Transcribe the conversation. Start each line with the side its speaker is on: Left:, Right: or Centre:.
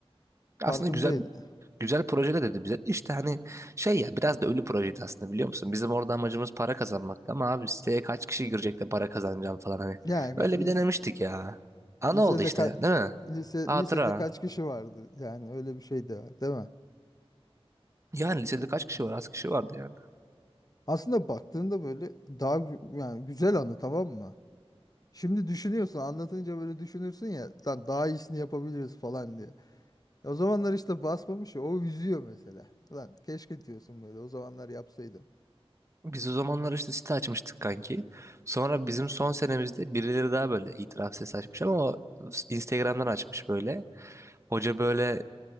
Right: Aslında
Left: farkındaydı.
Right: güzel güzel projeler dedi bize. İşte hani şey ya biraz da ölü projeydi aslında biliyor musun? Bizim orada amacımız para kazanmaktı ama abi siteye kaç kişi girecek de para kazanacağım falan hani.
Left: Yani
Right: Öyle
Left: lis-
Right: bir denemiştik ya. Ana
Left: lisede
Right: oldu işte
Left: kaç
Right: değil mi?
Left: lise
Right: Hatıra.
Left: lisede kaç kişi vardı? Yani öyle bir şey de var, değil mi?
Right: Yani lisede kaç kişi var? Az kişi vardı yani.
Left: Aslında baktığında böyle daha gü- yani güzel anı tamam mı? Şimdi düşünüyorsun anlatınca böyle düşünürsün ya lan daha iyisini yapabiliriz falan diye. E, O zamanlar işte basmamış ya o üzüyor mesela. Lan keşke diyorsun böyle o zamanlar yapsaydım.
Right: Biz o zamanlar işte site açmıştık kanki. Sonra bizim son senemizde birileri daha böyle itiraf sesi açmış ama o Instagram'dan açmış böyle. Hoca böyle